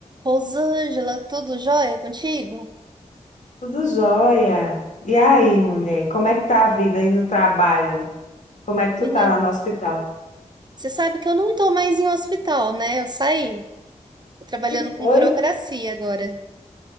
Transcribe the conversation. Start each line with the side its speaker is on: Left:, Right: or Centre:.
Right: Rosângela, tudo jóia contigo?
Left: Tudo jóia. E aí, mulher, como é que tá a vida aí no trabalho? Como é que tu
Right: Menino,
Left: tá lá no hospital?
Right: você sabe que eu não tô mais em hospital, né? Eu saí. Tô trabalhando
Left: E
Right: com
Left: foi,
Right: burocracia agora.